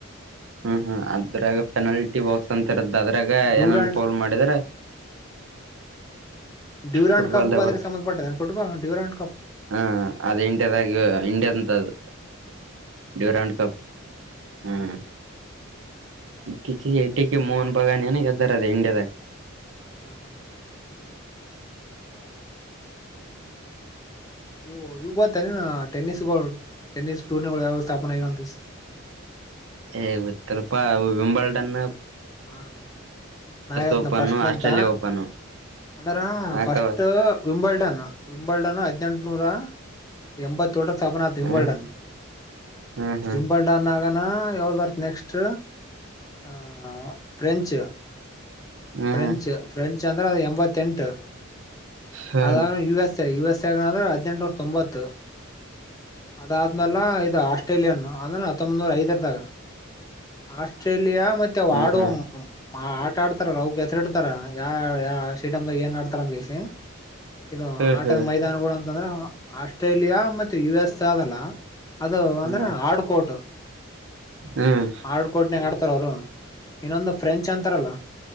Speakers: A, on the right; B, on the left.
A: ಹ್ಮ ಅದ್ರಾಗ ಪೆನಲ್ಟಿ ಬಾಕ್ಸ್ ಅಂತರದ್ದ. ಅದ್ರಾಗ
B: ಡ್ಯೂರಾಂಡ್
A: ಏನನ್ ಪೋಲ್ ಮಾಡಿದ್ರ.
B: ಡ್ಯೂರಾಂಡ್
A: ಫುಟ್ಬಾಲ್ದ
B: ಕಪ್ ಅದಕ್ಕೆ
A: ಬರ್ತು
B: ಸಂಬಂಧಪಟ್ಟದ ಫುಟ್ಬಾಲ್ ಡ್ಯೂರಾಂಡ್ ಕಪ್
A: ಹ ಅದ ಇಂಡಿಯದಾಗ ಇಂಡಿಯ ಅಂತದು. ್ಯೂರಾನ್ ಕಪ್ ಹ್ಮ್.
B: ಹಾ ಹೌದಾ
A: ಎಟಿ. ಈ ಮೋಹನ್ ಬಗಾನನ ಕದರ ಅದೆ ಇಂಡಿಯ ತ.
B: ಹಾ ಹಾ ುಟ್ಬಾಲ್. ಇವು ಇವ ಬತ್ತಾನ ನ ಟೆನಿಸ್ಗಳು ಟೆನಿಸ್ ಟೂರ್ನಿಗಳು ಯಾವಾಗ ಸ್ಥಾಪನ ಆಗಂತ.
A: ಹೇಗ್ ಗೊತ್ತಲ್ಪಾ ವಿಂಬಾಡನ್.
B: ಹಾ ನ ಆತ್ನ
A: ಓಪನ್
B: ಫಸ್ಟ್
A: ಆಸ್ಟ್ರೇಲಿಯಾ
B: ಅಂತ
A: ಓಪನ್
B: ಅಂದ್ರ
A: ಹಾಕವ
B: ಫಸ್ಟ್ ವಿಂಬಲ್ಡನ್. ವಿಂಬಲ್ಡನು ಹದ್ಿನೆಂಟುನೂರ ಎಂಬತ್ತು. ತೋಟ ಸ್ಥಾಪನಾ ವಿಂಂಬಲ್ಡನ್
A: ಹ್ಮ್ ಹ್ಮ್ ಹ್ಮ್
B: ವಿಮಂಬಲ್ಡನ್ ನ. ಆಗಾನ ಯಾವ್ದರ್ತ್ ನೆಕ್ಸ್ಟ್ ಆಹ. ಪ್ರಫ್ರೆಂಚ್.
A: ಹ್ಮ್
B: ಫ್ರೆಂಚ್ ಫ್ರೆಂಚ್ ಚಂದ್ರ ಎಂಬತ್ತೆಂಟು.
A: ಹ್ಮ್ ಹ್ಮ್
B: ಅ U S I U S. ್ರೆ ಹದ್ೆಂಟನೂರ ತೊಂಬತ್ತು. ಅದಾದ್ಮಲ್ಲ. ಆಸ್ಟ್ರೇಲಿಯಾ ಅಂದ್ರೆ ಹತ್ತೊಂಬನೂರ ಐದರದಾಗ ಆಸ್ಟ್ರೇಲಿಯಾ. ಮತ್ತೆ ವಾ.
A: ಹ್ಮ್ ಹ್ಮ್
B: ಹ. ಆ ಆಟ ಆಡ್ತಾರ ಅವಗೆ ಹೆಸರಿಡ್ತಾರ ಯ ಯ ಸ್ಟೇಡಿಯಮ ದಾಗ ಏನ್ ಆಡ್ತಾರ ಅಂದ ಕಸ. ಇದು
A: ಹ್ಮ್
B: ಆಟದ
A: ಹ್ಮ್
B: ಮೈದಾನಗಳು. ಅಂದ್ರ ಆಸ್ಟ್ರೇಲಿಯಾ ಮತ್ತೆ ಯು ಎಸ್ ಆದಲ್ಲ. ಅದು ಅಂದ್ರೆ
A: ಹ್ಮ್
B: ಆಡುಕೋಟು.
A: ಹ್ಮ್
B: ಆಡುಡ್ಕೋಟ್ನ ಕತ. ಪತ್ರೌರುಣ. ಇನ್ನೊಂದು ಫ್ರೆಂಚ್ ಅಂತಾರಲ್ಲ.